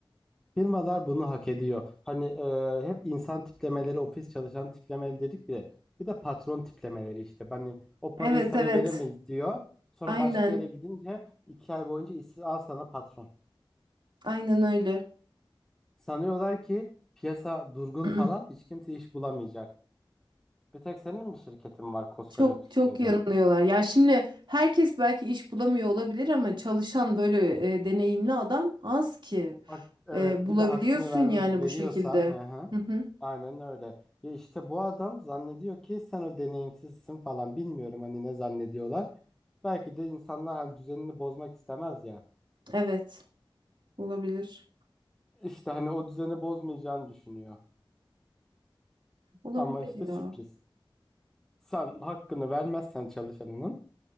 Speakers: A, in the centre; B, on the right (about 60°).
A: Firmalar bunu hak ediyor. Hani e, hep insan tiplemeleri, ofis çalışan tiplemeleri dedik bile. Bir de patron tiplemeleri işte. Hani o parayı
B: Evet
A: sana
B: evet
A: veremeyiz diyor. Sonra
B: aynen
A: başka yere gidince iki ay boyunca işsiz al sana patron.
B: aynen öyle.
A: Sanıyorlar ki piyasa durgun
B: <clears throat>
A: falan hiç kimse iş bulamayacak. Bir tek senin mi şirketin var koskoca
B: Çok
A: Türkiye'de?
B: çok yanılıyorlar. Ya şimdi herkes belki iş bulamıyor olabilir ama çalışan böyle e, deneyimli adam az ki.
A: Bak evet
B: E, bulabiliyorsun
A: bir de hakkını ver,
B: yani
A: veriyorsan
B: bu şekilde.
A: hı hı.
B: Hı hı.
A: Aynen öyle. Ya işte bu adam zannediyor ki sen o deneyimsizsin falan bilmiyorum hani ne zannediyorlar. Belki de insanlar hani düzenini bozmak istemez ya.
B: Evet, olabilir.
A: İşte hani o düzeni bozmayacağını düşünüyor.
B: Olabilir
A: Ama işte
B: ya.
A: sürpriz. Sen hakkını vermezsen çalışanının